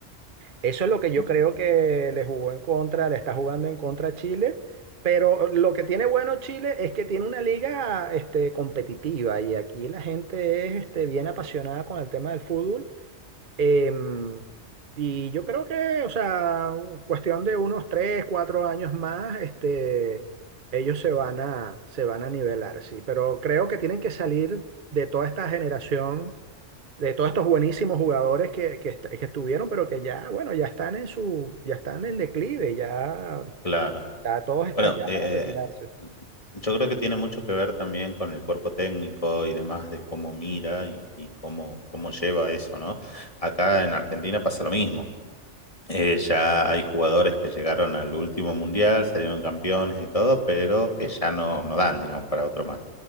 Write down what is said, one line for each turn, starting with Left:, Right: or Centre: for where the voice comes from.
Right: eso es lo que yo
Left: mm,
Right: creo que le jugó en contra, le está jugando en contra a Chile, pero lo que tiene bueno Chile es que tiene una liga este, competitiva y aquí la gente es este, bien apasionada con el tema del fútbol. Em, y yo creo que, o sea, cuestión de unos tres, cuatro años más, este, ellos se van a, se van a nivelar, sí, pero creo que tienen que salir de toda esta generación de todos estos buenísimos jugadores que, que, est- que estuvieron, pero que ya, bueno, ya están en su, ya están en declive, ya,
Left: claro.
Right: ya todos están
Left: Bueno,
Right: ya
Left: eh,
Right: para retirarse.
Left: yo creo que tiene mucho que ver también con el cuerpo técnico y demás de cómo mira y, y cómo, cómo lleva eso, ¿no? Acá en Argentina pasa lo mismo. Eh, ya hay jugadores que llegaron al último mundial, salieron campeones y todo, pero que ya no, no dan, digamos, para otro más.